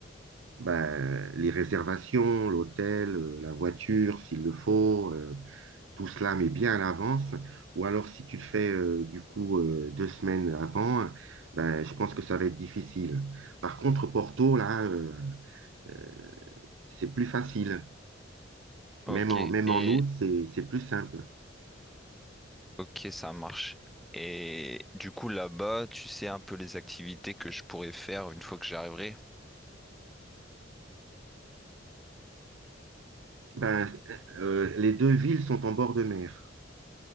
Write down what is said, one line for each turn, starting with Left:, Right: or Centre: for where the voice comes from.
Right: ben, les réservations, l'hôtel, euh, la voiture, s'il le faut, euh, tout cela, mais bien à l'avance. Ou alors si tu le fais euh, du coup euh, deux semaines avant, ben, je pense que ça va être difficile. Par contre, Porto, là, euh, euh, c'est plus facile.
Centre: Ok,
Right: Même en, même
Centre: et
Right: en août, c'est c'est plus simple.
Centre: ok, ça marche. Et du coup, là-bas, tu sais un peu les activités que je pourrais faire une fois que j'arriverai.
Right: Ben, euh, les deux villes sont en bord de mer.